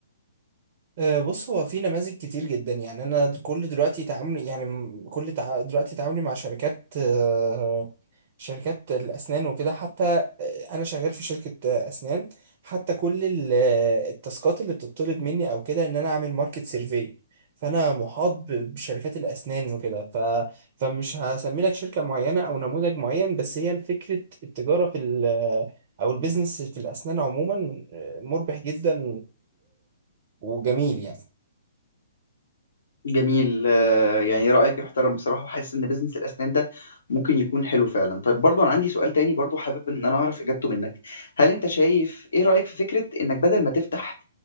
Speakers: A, on the right; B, on the left.
A: آه، بص هو في نماذج كتير جدا يعني انا كل دلوقتي تعاملي يعني م- كل تع... دلوقتي تعاملي مع شركات آه، شركات الاسنان وكده حتى آه، انا شغال في شركة آه، اسنان حتى كل ال- آه، التاسكات اللي بتطلب مني او كده ان انا اعمل ماركت سيرفي فانا محاط ب- بشركات الاسنان وكده ف... فمش هسمي لك شركة معينة او نموذج معين بس هي فكرة التجارة في ال... آه، او البيزنس في الاسنان عموما آه، مربح جدا وجميل يعني
B: جميل آه، يعني رأيك يحترم بصراحة وحاسس إن بيزنس الأسنان ده ممكن يكون حلو فعلا طيب برضو أنا عندي سؤال تاني برضو حابب إن أنا أعرف إجابته منك هل أنت شايف إيه رأيك في فكرة إنك بدل ما تفتح